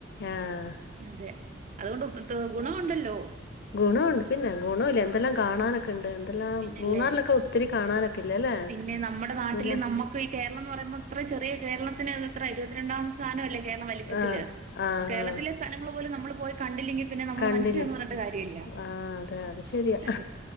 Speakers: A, on the left (about 55°); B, on the right (about 35°).
A: ആഹ്
B: അതെ അതുകൊണ്ട് എത്താ ഗുണവുണ്ടല്ലോ
A: ഗുണവുണ്ട് പിന്നെ ഗുണവില്ലേ എന്തെല്ലാം കാണാന് ക്കണ്ട്, എന്തെല്ലാം
B: പിന്നല്ലേ
A: മൂന്നാറിലൊക്കെ ഒത്തിരി കാണാനൊക്കെ ഇല്ലേ ല്ലേ
B: പിന്നെ നമ്മുടെ നാട്ടില്
A: അതുവല്ല
B: <unintelligible> കേരളം എന്ന് പറയുമ്പം ഇത്രേം ചെറിയ കേരളത്തിന് എത്രേ ഇരുപത്തിരണ്ടാം സ്ഥാനവല്ലേ കേരള വലിപ്പത്തില്,
A: ആഹ് ആഹ്
B: കേരളത്തിലെ
A: ആഹ്
B: സ്ഥലങ്ങള് പോലും നമ്മള് പോയി കണ്ടില്ലെങ്കി പിന്നെ നമ്മള്
A: കണ്ടില്ലേ
B: മനുഷ്യനാന്ന് പറഞ്ഞിട്ട് കാര്യവില്ല,
A: ആഹ് അതെ അത് ശരിയാ
B: അതെ